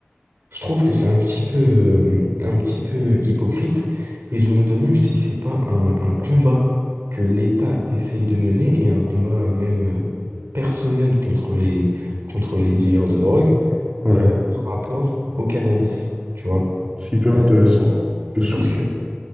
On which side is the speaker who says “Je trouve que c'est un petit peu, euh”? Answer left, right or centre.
Right